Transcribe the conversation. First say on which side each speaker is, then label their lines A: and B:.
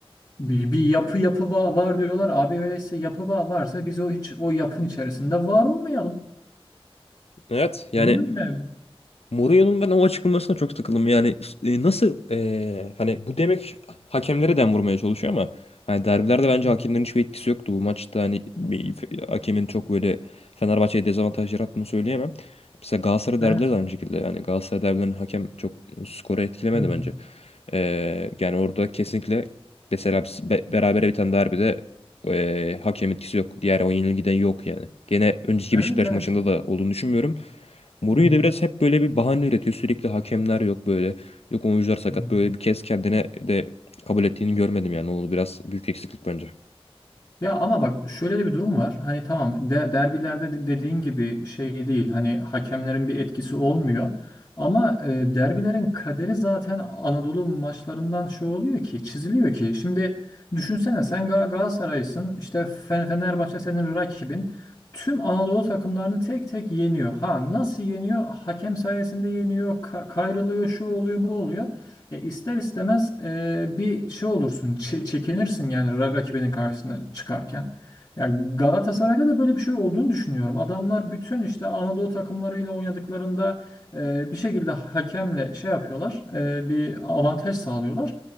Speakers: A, on the left; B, on the left.
A: bir, bir yapı yapı va- var diyorlar. Abi öyleyse yapı va- varsa biz o hiç o yapın içerisinde var olmayalım.
B: Evet yani
A: Bilmiyorum yani.
B: Mourinho'nun ben o açıklamasına çok takıldım. Yani e, nasıl e, hani bu demek hakemlere dem vurmaya çalışıyor ama hani derbilerde bence
A: Hı hı.
B: hakemlerin hiçbir etkisi yoktu. Bu maçta hani bir- hakemin çok böyle Fenerbahçe'ye dezavantaj yarattığını söyleyemem. Mesela Galatasaray derbileri
A: Evet.
B: de aynı şekilde. Yani Galatasaray derbilerinin hakem çok skoru etkilemedi
A: Hı hı.
B: bence. E, yani orada kesinlikle mesela biz be, berabere biten derbide e, hakem etkisi yok. Diğer o yenilgiden yok yani. Gene önceki
A: Evet,
B: Beşiktaş
A: evet.
B: maçında da olduğunu düşünmüyorum. Mourinho
A: Hı hı.
B: da biraz hep böyle bir bahane üretiyor. Sürekli hakemler yok böyle. Yok oyuncular sakat.
A: Hı hı.
B: Böyle bir kez kendine de kabul ettiğini görmedim yani. O biraz büyük eksiklik bence.
A: Ya ama bak şöyle de bir durum var. Hani tamam de derbilerde de dediğin gibi şey değil. Hani hakemlerin bir etkisi olmuyor. Ama e, derbilerin kaderi zaten Anadolu maçlarından şey oluyor ki, çiziliyor ki. Şimdi düşünsene sen Gal- Galatasaray'sın. işte Fe- Fenerbahçe senin rakibin. Tüm Anadolu takımlarını tek tek yeniyor. Ha nasıl yeniyor? Hakem sayesinde yeniyor. ka- kayrılıyor, şu oluyor, bu oluyor. E, ister istemez e, bir şey olursun, çe- çekinirsin yani ra- rakibinin karşısına çıkarken. Yani Galatasaray'da da böyle bir şey olduğunu düşünüyorum. Adamlar bütün işte Anadolu takımlarıyla oynadıklarında e, bir şekilde hakemle şey yapıyorlar, e, bir avantaj sağlıyorlar.